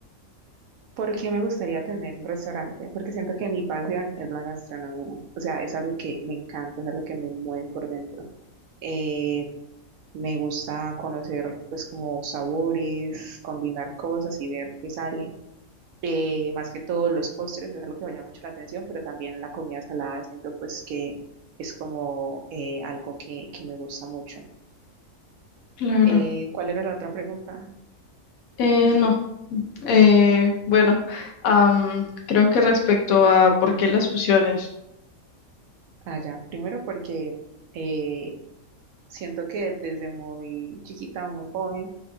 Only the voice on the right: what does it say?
¿Por qué me gustaría tener un restaurante? Porque siento que mi pasión es la gastronomía, o sea, es algo que me encanta, es algo que me mueve por dentro. Eh, me gusta conocer pues como sabores, combinar cosas y ver qué sale. Eh, más que todo los postres es algo que me llama mucho la atención, pero también la comida salada siento pues que es como eh, algo que, que me gusta mucho.
Eh, ¿cuál era la otra pregunta?
Ah, ya, primero porque eh, siento que desde muy chiquita o muy joven